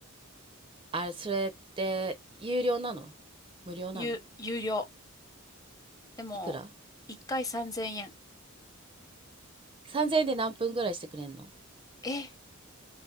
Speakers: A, on the right; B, on the left.
A: あれ、それって、有料なの無料なの
B: 有、有料。でも、
A: いくら
B: 1回3000円。
A: ?3000 円で何分ぐらいしてくれんの
B: え、